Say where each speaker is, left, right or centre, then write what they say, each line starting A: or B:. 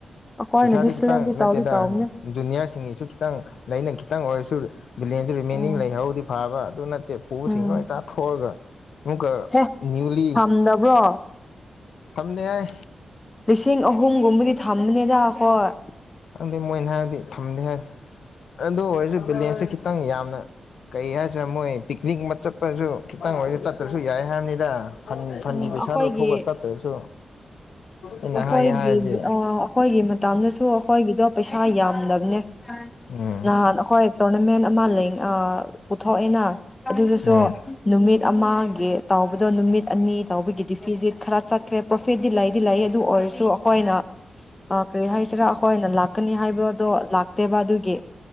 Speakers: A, on the left; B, on the left.
A: ꯑꯩꯈꯣꯏꯅꯗꯤ
B: ꯄꯩꯁꯥꯗꯤ
A: ꯁꯦꯂꯦꯛꯇꯤ
B: ꯈꯤꯇꯪ ꯅꯠꯇꯦꯗ
A: ꯇꯧꯗꯤ ꯇꯧꯕꯅꯦ
B: ꯖꯨꯅꯤꯌꯥꯔꯁꯤꯡꯒꯤꯁꯨ ꯈꯤꯇꯪ ꯂꯩꯅ ꯈꯤꯇꯪ ꯑꯣꯏꯔꯁꯨ ꯕꯤꯂꯦꯟꯁꯦ ꯔꯤꯃꯦꯦꯟꯅꯤꯡ
A: ꯎꯝ
B: ꯂꯩꯍꯧꯗꯤ ꯐꯥꯕ ꯑꯗꯨ ꯅꯠꯇꯦ ꯄꯨꯁꯤꯡ
A: ꯎꯝ
B: ꯂꯣꯏ ꯆꯥꯊꯣꯛꯑꯒ ꯑꯃꯨꯛꯀ
A: ꯍꯦ
B: ꯅꯅꯤꯌꯨꯂꯤ
A: ꯊꯝꯗꯕ꯭ꯔꯣ
B: ꯊꯝꯗꯦ ꯍꯥꯏ
A: ꯂꯤꯁꯤꯡ ꯑꯍꯨꯝꯒꯨꯝꯕꯗꯤ ꯊꯝꯕꯅꯦꯗ ꯍꯣꯏ
B: ꯑꯗꯨꯗꯤ ꯃꯣꯏꯅ ꯍꯥꯏꯔꯗꯤ ꯊꯝꯅꯤ ꯍꯥꯏ ꯑꯗꯨ ꯑꯣꯏꯔꯁꯨ ꯕꯦꯂꯦꯟꯁꯦ ꯈꯤꯇꯪ ꯌꯥꯝ ꯀꯩ ꯍꯥꯏꯁꯤꯔꯦ ꯃꯣꯏ ꯄꯤꯛꯅꯤꯛ ꯑꯃ ꯆꯠꯄꯁꯨ ꯈꯤꯇꯪ ꯑꯣꯏꯅ ꯆꯠꯇ꯭ꯔꯁꯨ ꯌꯥꯏ ꯍꯥꯏꯕꯅꯤꯗ ꯐꯟ ꯐꯟꯒꯤ
A: ꯎꯝ
B: ꯄꯩꯁꯥꯗꯣ
A: ꯑꯩꯈꯣꯏꯒꯤ
B: ꯊꯣꯛꯂ ꯆꯠꯇ꯭ꯔꯁꯨ ꯑꯩꯅ
A: ꯑꯩꯈꯣꯏꯒꯤ
B: ꯍꯥꯏꯌꯦ ꯍꯥꯏꯔꯗꯤ
A: ꯑꯩꯈꯣꯏꯒꯤ ꯃꯇꯝꯗꯁꯨ ꯑꯩꯈꯣꯏꯒꯤꯗꯣ ꯄꯩꯁꯥ ꯌꯥꯝꯗꯕꯅꯦ
B: ꯎꯝ
A: ꯅꯍꯥꯟ ꯑꯈꯣꯏ ꯇꯣꯔꯅꯥꯃꯦꯟ ꯃꯥ ꯂꯩ ꯑ ꯄꯨꯊꯣꯛꯑꯦꯅ ꯑꯗꯨꯗꯁꯨ
B: ꯎꯝ
A: ꯅꯨꯃꯤꯠ ꯑꯃꯒꯤ ꯇꯥꯎꯕꯗꯣ ꯅꯨꯃꯤꯠ ꯑꯅꯤ ꯇꯧꯕꯒꯤ ꯗꯤꯐꯤꯁꯤꯠ ꯈꯔ ꯆꯠꯈ꯭ꯔꯦ ꯄꯣꯐꯦꯗꯗꯤ ꯂꯩ ꯂꯩ ꯑꯗꯨ ꯑꯣꯏꯔꯁꯨ ꯑꯩꯈꯣꯏꯅ ꯀꯔꯤ ꯍꯥꯏꯁꯤꯔꯥ ꯑꯩꯈꯣꯏꯅ ꯂꯥꯛꯀꯅꯤ ꯍꯥꯏꯕꯗꯣ ꯂꯥꯛꯇꯦꯕ ꯑꯗꯨꯒꯤ